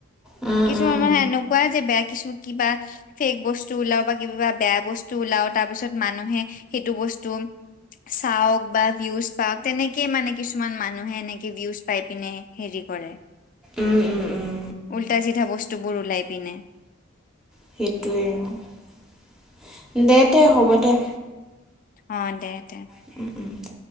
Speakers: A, in the centre; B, on the left (about 40°).
A: উম
B: কিছুমান
A: উম
B: মানুহে এনেকুৱা যে বেয়া কিছু কিবা ফেক বস্তু ওলাও বা কিবা বেয়া বস্তু ওলাও তাৰ পিছত মানুহে সেইটো বস্তু চাওক বা ভিউজ পাওক তেনেকেই মানে কিছুমান মানুহে এনেকে ভিউজ পাই পিনে হেৰি কৰে
A: উম উম উম
B: উল্টা চিধা বস্তুবোৰ ওলাই পিনে
A: সেইটোৱে দে দে হ'ব দে
B: অঁ দে দে
A: উমঁ উমঁ!